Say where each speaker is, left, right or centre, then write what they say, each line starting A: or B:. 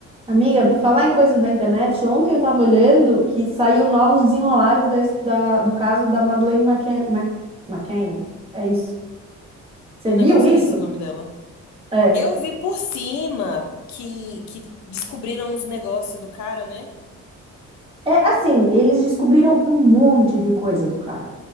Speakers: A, on the right (about 20°); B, on the left (about 65°).
A: Amiga, por falar em coisas da internet, ontem eu estava olhando que saiu novos desenrolares da, his- da- do caso da Madeleine McCann, Ma- McCann. É isso. Você
B: É
A: viu
B: um negócio
A: isso?
B: desse o nome dela.
A: É.
B: Eu vi por cima que, que descobriram os negócios do cara, né?
A: É assim, eles descobriram um monte de coisa do cara.